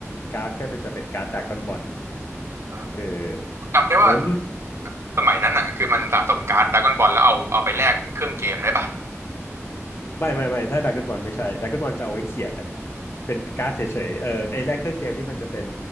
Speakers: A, on the left; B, on the right.
A: การ์ดก็เป็นจะเป็นการ์ดดาก้อนบอล
B: ว่า
A: เออ
B: จำได้ว่า
A: แล้ว
B: สมัยนั้นอ่ะคือมันสะสมการ์ดดราก้อนบอลแล้วเอาเอาไปแลกเครื่องเกมได้ปะ
A: ไม่ไม่ไม่ถ้าดาก้อนบอลไม่ใช่ดาก้อนบอลจะเอาไว้เขี่ยกันเป็นการ์ดเฉยๆเออไอ้แรกเครื่องเกมนี่มันจะเป็น